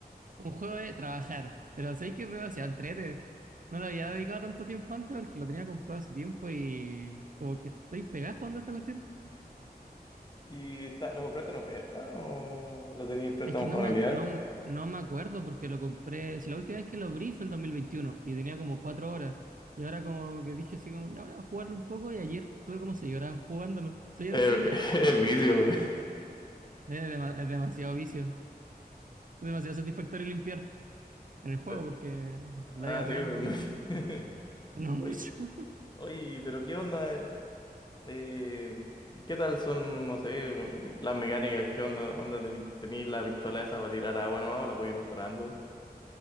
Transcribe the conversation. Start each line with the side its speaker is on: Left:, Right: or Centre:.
Right: un juego de trabajar, pero sé que es demasiado entrete. No le había dedicado tanto tiempo antes porque lo tenía comprado hace tiempo y como que estoy pegado jugando a esta cuestión.
Left: ¿Y está, lo compraste en oferta o lo tenéis préstamo
Right: Es que no
Left: familiar?
Right: me, ac- no, no me acuerdo porque lo compré, si la última vez que lo abrí fue el 2021 y tenía como cuatro horas. Y ahora como que dije así como, ya voy a jugarlo un poco y ayer tuve como seis horas jugándolo. Seis
Left: Eh,
Right: horas seguía.
Left: <laughs> es vicio.
Right: Es, dema- es demasiado vicio. demasiado satisfactorio limpiar
Left: <laughs>
Right: en el juego
Left: Pe-
Right: porque la
Left: Ah,
Right: vida real
Left: sí. <laughs> no
Right: no,
Left: sé.
Right: no
Left: Oye,
Right: mucho. <laughs>
Left: oye, pero ¿qué onda? Eh, ¿qué tal son, no sé, las mecánicas? ¿Qué onda? onda tenéis la pistola esa para tirar agua nomás o la puedes ir mejorando?